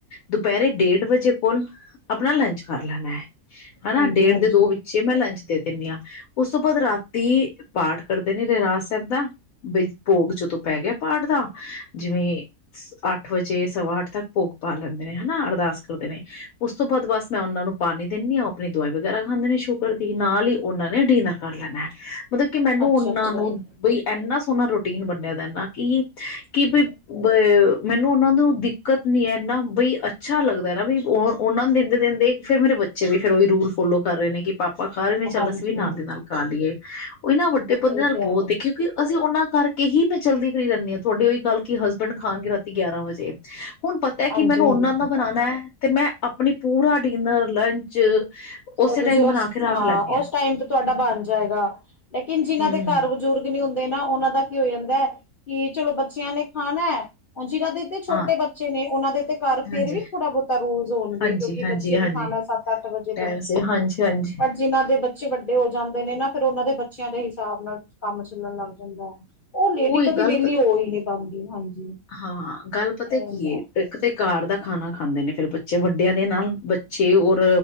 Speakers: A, on the left; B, on the left.
A: ਦੁਪਹਿਰੇ ਡੇਢ ਵਜੇ ਕੋਲ ਆਪਣਾ ਲੰਚ ਕਰ ਲੈਣਾ, ਹਨਾ
B: ਹਾਂਜੀ-ਹਾਂਜੀ,
A: ਡੇਢ ਦੇ ਦੋ ਵਿੱਚ ਤੇ ਮੈਂ ਲੰਚ ਦੇ ਦਿੰਨੀ ਆਂ, ਉਸ ਤੋਂ ਬਾਅਦ ਰਾਤੀ ਪਾਠ ਕਰਦੇ ਨੇ ਰਹਿਰਾਸ ਸਹਿਬ ਦਾ। ਬਈ ਭੋਗ ਜਦੋਂ ਪੈ ਗਿਆ ਪਾਠ ਦਾ, ਜਿਵੇਂ ਅੱਠ ਵਜੇ ਸਵਾ ਅੱਠ ਤੱਕ ਭੋਗ ਪਾ ਲੈਂਦੇ ਨੇ ਹਨਾ, ਅਰਦਾਸ ਕਰਦੇ ਨੇ ਉਸ ਤੋਂ ਬਾਅਦ ਬਸ ਮੈਂ ਉਹਨਾਂ ਨੂੰ ਪਾਣੀ ਦਿੰਨੀ ਆਂ, ਓਹ ਆਪਣੀ ਦਵਾਈ ਵਗੈਰਾ ਖਾਂਦੇ ਨੇ ਸ਼ੂਕਰ ਦੀ, ਨਾਲ ਹੀ ਉਹਨਾਂ ਨੇ ਡਿਨਰ ਕਰ ਲੈਣਾ। ਮਤਲਬ ਕਿ ਮੈਨੂੰ
B: ਅੱਛਾ-ਅੱਛਾ,
A: ਉਹਨਾਂ ਨੂੰ
B: ਹਾਂਜੀ
A: ਬਈ ਇੰਨਾ ਸੋਹਣਾ ਰੂਟੀਨ ਬਣਿਆ ਦਾ ਨਾ ਕਿ-ਕਿ ਬਈ ਬ ਮੈਨੂੰ ਉਹਨਾਂ ਨੂੰ ਦਿੱਕਤ ਨੀ ਐ, ਐਨਾ ਬਈ ਅੱਛਾ ਲੱਗਦਾ ਨਾ ਵੀ, ਉਹ ਉਹਨਾਂ ਨੂੰ ਦਿੰਦੇ-ਦਿੰਦੇ ਦੇਖ ਫਿਰ ਮੇਰੇ ਬੱ ਬੱਚੇ ਵੀ ਫੇਰ ਉਹੀ ਰੂਲ ਫੋਲੋ ਕਰ ਰਹੇ ਨੇ, ਕਿ ਪਾਪਾ ਖਾ ਰਹੇ ਨੇ
B: ਹਾਂਜੀ ਹਾਂਜੀ ਅੱਛਾ ਅੱਛਾ
A: ਚੱਲ
B: ਹਾਂਜੀ
A: ਅਸੀਂ ਵੀ ਨਾਲ ਦੀ ਨਾਲ ਖਾ ਲਈਏ, ਉਹ ਇਹ ਨਾ ਵੱਡ ਡੇ
B: ਸਹੀ
A: ਬੰਦੇ ਨਾਲ
B: ਕਹਿ
A: ਬਹੁਤ
B: ਰਹੇ
A: ਦੇਖੀ ਕਿ ਅਸੀਂ ਉਹਨਾਂ ਕਰਕੇ ਹੀ ਮੈਂ ਜਲਦੀ ਫਰੀ ਰਹਿੰਨੀ ਆਂ, ਤੁਹਾਡੀ ਉਹੀ ਗੱਲ ਕਿ ਹਸਬੈਂਡ ਖਾਣਗੇ ਰਾਤੀ ਗਿਆਰਾਂ ਵਜੇ। ਹੁਣ ਪਤਾ ਐ ਕਿ
B: ਹਾਂਜੀ-ਹਾਂਜੀ
A: ਮੈਨੂੰ ਉਹਨਾਂ ਦਾ ਬਣਾਣਾ ਐ, ਤੇ ਮੈਂ ਆਪਣੀ ਪੂਰਾ ਡੀਨਰ, ਲੰਚ
B: ਸੋ
A: ਉਸੇ
B: ਤੁਸੀਂ
A: ਟਾਈਮ
B: ਓਸ
A: ਬਣਾ ਕੇ ਰੱਖ
B: ਹਾਂ,
A: ਲੈਂਦੀ
B: ਓਸ ਟਾਈਮ ਤੇ ਤੁਹਾਡਾ
A: ਹਮ
B: ਬਣ ਜਾਏਗਾ, ਲੇਕਿਨ ਜਿਨਾਂ ਦੇ
A: ਹਮ
B: ਘਰ ਬਜ਼ੁਰਗ ਨੀਹੁੰਦੇ ਨਾ ਉਹਨਾਂ ਦਾ ਕੀ ਹੋ ਜਾਂਦਾ ਕਿ ਚਲੋ ਬੱਚਿਆਂ ਨੇ ਖਾਣਾ, ਹੁਣ ਜਿਹਨਾਂ ਦੇ ਛੋਟੇ-ਛੋਟੇ
A: ਹਾਂ
B: ਬੱਚੇ ਨੇ ਉਹਨਾਂ ਦੇ ਤੇ ਘਰ ਫੇਰ
A: ਹਾਂਜੀ
B: ਵੀ ਥੋੜਾ ਬਹੁਤਾ ਰੂਲਜ਼ ਹੋਣਗੇ,
A: ਹਾਂਜੀ
B: ਕਿਉਂਕਿ
A: ਹਾਂਜੀ
B: ਬੱਚੇ ਨੇ
A: ਹਾਂਜੀ
B: ਖਾਣਾ ਸੱਤ ਅੱਠ ਵਜੇ।
A: ਟਾਈਮ ਸਿਰ ਹਾਂਜੀ ਹਾਂਜੀ
B: ਜਿਨ੍ਹਾਂ ਦੇ ਬੱਚੇ ਵੱਡੇ ਹੋ ਜਾਂਦੇ ਨੇ ਨਾ, ਫਿਰ ਉਹਨਾਂ ਦੇ ਬੱਚਿਆਂ ਦੇ ਹਿਸਾਬ ਨਾਲ ਕੰਮ ਚੱਲਣ ਲੱਗ ਜਾਂਦਾ, ਉਹ ਲੇਡੀ
A: ਉਹੀ
B: ਕਦੀ
A: ਗੱਲ
B: ਵਿਹਲੀ ਹੋ ਹੀ ਨਹੀਂ ਪਾਂਦੀ, ਹਾਂਜੀ।
A: ਹਾਂ, ਗੱਲ ਪਤਾ
B: ਇਹ ਹੁੰਦਾ।
A: ਕੀ ਏ ਇੱਕ ਤੇ ਘਰ ਦਾ ਖਾਣਾ ਖਾਂਦੇ ਨੇ ਫੇਰ ਬੱਚੇ ਵੱਡਿਆਂ ਦੇ ਨਾਲ, ਬੱਚੇ ਔਰ